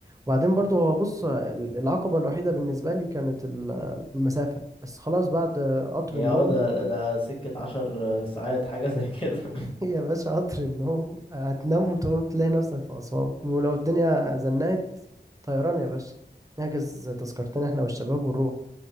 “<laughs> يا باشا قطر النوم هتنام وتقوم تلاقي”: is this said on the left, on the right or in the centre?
Right